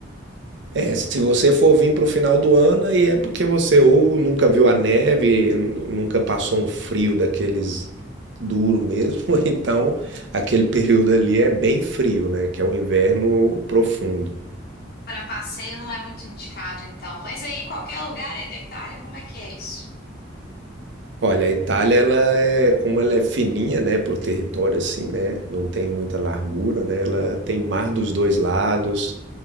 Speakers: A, on the right; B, on the left.
A: É, se você for vir para o final do ano, aí é porque você ou nunca viu a neve, nunca passou um frio daqueles duro mesmo, <laughs> ou então aquele período ali é bem frio, né? Que é o inverno profundo.
B: Para passeio não é muito indicado, então. Mas aí, qualquer lugar aí da Itália, como é que é isso?
A: Olha, a Itália, ela é, como ela é fininha, né, por território assim, né, não tem muita largura, né, ela tem mar dos dois lados.